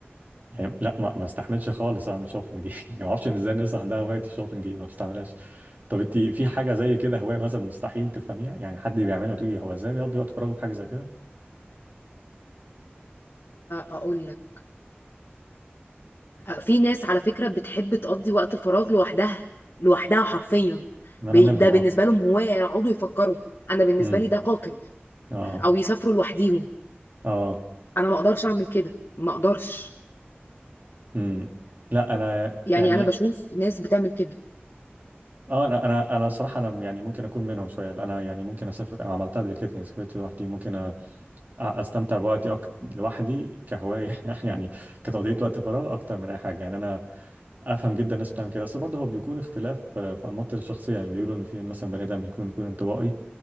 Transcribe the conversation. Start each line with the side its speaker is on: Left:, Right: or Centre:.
Right: يعني لا ما ما استحملش خالص اعمل شوبينج دي <laughs> يعني ما اعرفش ان ازاي الناس عندها هوايه الشوبينج دي ما بستعملهاش طب انت في حاجه زي كده هوايه مثلا مستحيل تفهميها يعني حد بيعملها وتقولي هو ازاي بيقضي وقت فراغه في حاجه زي كده
Left: اقول لك في ناس على فكرة بتحب تقضي وقت الفراغ لوحدها لوحدها حرفيا
Right: ما
Left: بي-
Right: انا منهم
Left: ده بالنسبة
Right: اه
Left: لهم هواية يقعدوا يفكروا أنا بالنسبة
Right: امم
Left: لي ده قاتل
Right: اه
Left: أو يسافروا لوحديهم
Right: اه
Left: أنا ما أقدرش أعمل كده ما أقدرش
Right: امم لا انا
Left: يعني
Right: يعني
Left: أنا بشوف ناس بتعمل كده
Right: اه انا انا انا صراحه انا يعني ممكن اكون منهم شويه انا يعني ممكن اسافر أنا عملتها قبل كده يعني سافرت لوحدي ممكن أ- استمتع بوقتي أك... لوحدي كهوايه <laughs> يعني كتقضيه وقت فراغ اكتر من اي حاجه يعني انا افهم جدا الناس بتعمل كده بس برضه هو بيكون اختلاف آه، في انماط الشخصيه يعني بيقولوا ان في مثلا بني ادم يكون يكون انطوائي